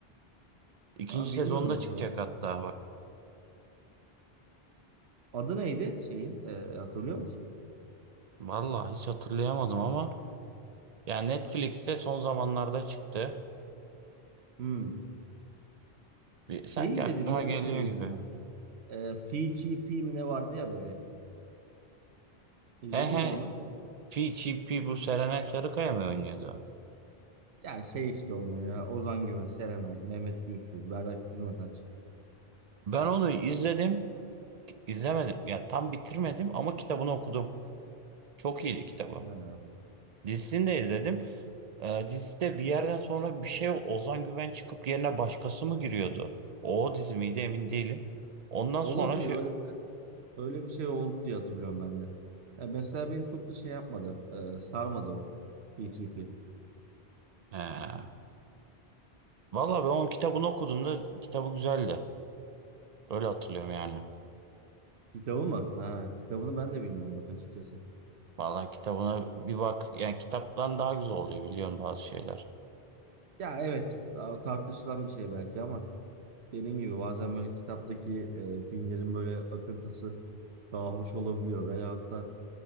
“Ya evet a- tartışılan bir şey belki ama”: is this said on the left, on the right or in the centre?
Right